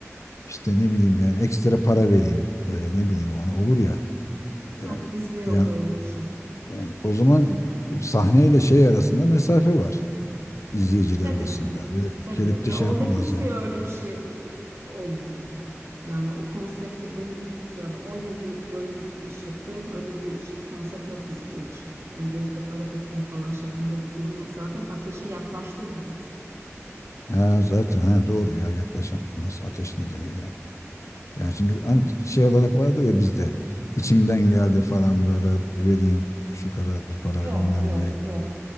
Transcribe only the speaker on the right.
Yok
bizde yok
öyle bir şey.
Tabii
tabii
ya
orada
kimseye
öyle bir şey e, olmuyor. Yani o konsepte benim git ya ben 10 yıldır böyle bir iş yapıyorum. Öyle bir iş- konsept yok bizde hiç. Hani gelip de para takayım falan şeklinde bir durum yok. Zaten ateşi yaklaştırmıyoruz.
Yok
yok
yok.